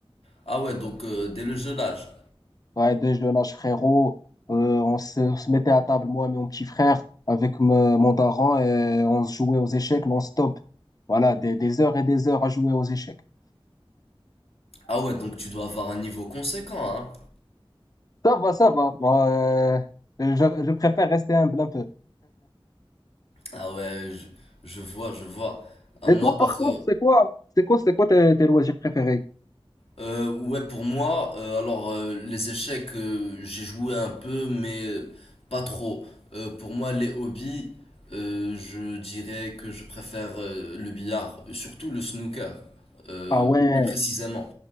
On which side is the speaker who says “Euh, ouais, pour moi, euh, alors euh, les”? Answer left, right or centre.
Left